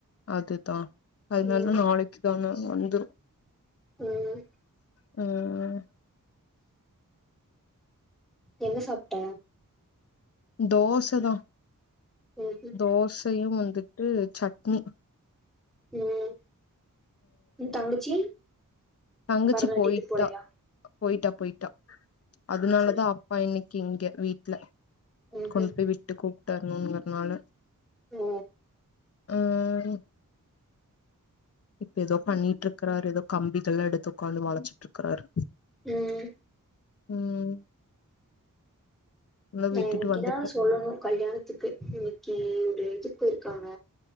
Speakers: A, on the left (about 45°); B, in the centre.
A: அதுதா அதுனால
B: ம்
A: நாளைக்கு தானே வந்துரு
B: ம்
A: ம்
B: என்ன சாப்பிட்ட
A: தோச தா
B: ம்
A: தோசையும் வந்துட்டு சட்னி
B: ம் ம் தங்கச்சி
A: தங்கிச்சி
B: பரதநாட்டியத்துக்கு
A: போயிட்டா
B: போலையா
A: போயிட்டா போயிட்டா அதனால
B: சரி
A: தா அப்பா இன்னை இங்க வீட்ல
B: ம்ஹும்
A: கொண்டு போய் விட்டு கூப்பிட்டருங்க அதனால
B: ஓ
A: ம் இப்ப ஏதோ பண்ணிட்டு இருக்குறாரு ஏதோ கம்பிகள் எல்லா எடுத்து உக்காந்து வளைச்சுட்டு இருக்குறாரு
B: ம்
A: ம் இல்ல
B: நா
A: விட்டுட்டு
B: இன்னைக்கு
A: வந்துட்ட
B: தா சொல்லணும் கல்யாணத்துக்கு இன்னைக்கி இதுக்கு இருக்காங்க